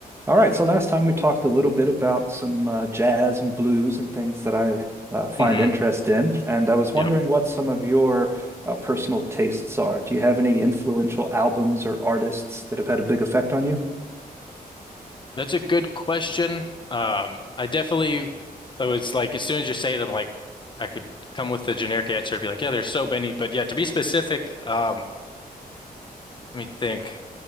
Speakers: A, on the right; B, on the left.
A: All right, so last time we talked a little bit about some uh, jazz and blues and things that I uh, find
B: hmm
A: interest in, and I was wondering
B: Yeah,
A: what some of your uh, personal tastes are. Do you have any influential albums or artists that have had a big effect on you?
B: that's a good question. Um, I definitely, I was like, as soon as you say it, I'm like, I could come with the generic answer and be like, yeah, there's so many. But yeah, to be specific, um, let me think.